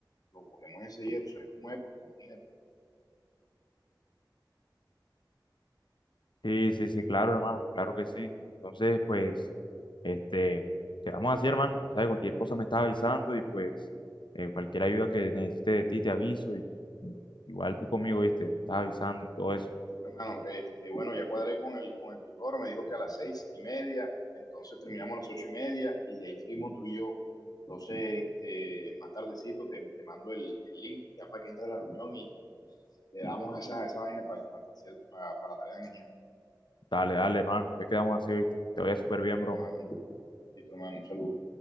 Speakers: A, on the left; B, on the left.
A: lo cogemos ese día, tú sabes cómo es, porque imagínate,
B: Sí, sí, sí, claro, hermano, claro que sí. Entonces, pues, este, quedamos así, hermano. ¿Sabes? Cualquier cosa me estás avisando y pues eh, cualquier ayuda que necesites de ti te aviso y y igual tú conmigo, ¿viste? Me Estás avisando y todo eso.
A: hermano, este, bueno, ya cuadré con el, con el tutor, me dijo que a las seis y media, entonces terminamos a las ocho y media y de ahí seguimos tú y yo. Entonces, este, más tardecito te, te mando el, el link ya para que entre a la reunión y le damos esa, esa vaina para, para, para la tarea de mañana.
B: Dale, dale, hermano. Entonces quedamos así, ¿viste? Te vaya súper bien,
A: Listo,
B: bro.
A: hermano, listo, hermano, un saludo.